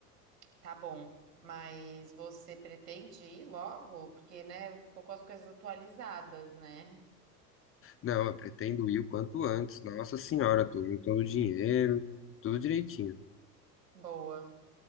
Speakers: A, on the right; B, on the left.
A: tá bom. Mas você pretende ir logo? Porque, né, eu tô com as coisas atualizadas, né?
B: Não, eu pretendo ir o quanto antes. Nossa senhora, tô juntando dinheiro, tudo direitinho.
A: Boa.